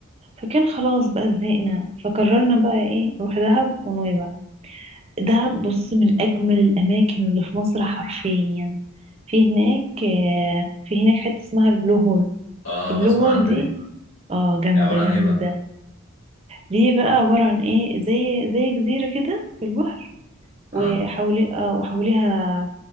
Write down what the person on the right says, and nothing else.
فكان خلاص بقى زهقنا فقررنا بقى ايه نروح دهب ونويبع دهب بص من أجمل الأماكن اللي في مصر حرفيا في هناك آه، في هناك حتة اسمها البلو هول
البلو
هول
دي
اه جامدة
جامدة
دي بقى عبارة عن ايه زي زي جزيرة كده في البحر وحولي
آه، وحواليها